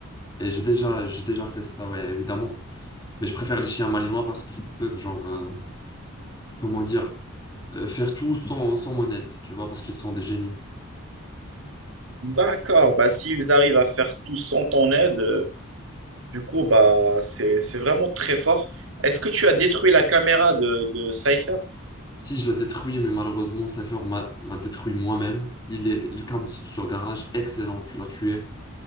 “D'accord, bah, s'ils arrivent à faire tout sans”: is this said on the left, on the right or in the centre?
Right